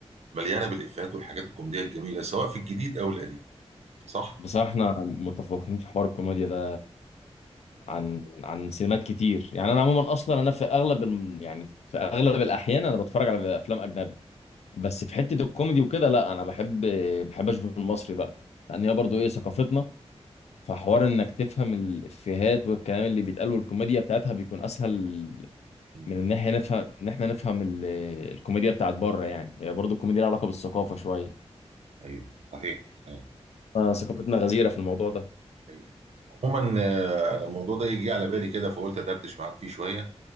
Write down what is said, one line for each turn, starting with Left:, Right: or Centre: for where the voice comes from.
Right: مليانه بالافيهات والحاجات الكوميديه الجميله سواء في الجديد او القديم صح؟
Left: بصراحة احنا متفوقين في حوار الكوميديا ده عن عن سينمات كتير يعني أنا عموما أصلا أنا في أغلب الم... يعني في أغلب الأحيان أنا بتفرج على أفلام أجنبي بس في حتة الكوميدي وكده لا أنا بحب بحب أشوف المصري بقى لأن هي برضه إيه ثقافتنا فحوار إنك تفهم الإفيهات والكلام اللي بيتقال والكوميديا بتاعتها بيكون أسهل
Right: مم.
Left: من ان احنا نفهم ان احنا نفهم ال- الكوميديا بتاعت بره يعني هي برضو الكوميديا لها علاقه بالثقافه شويه
Right: ايوه صحيح صحيح
Left: آه، ثقافتنا غزيره في الموضوع ده
Right: ايوه عموما آه، انا الموضوع ده يجي على بالي كده فقلت ادردش معاك فيه شويه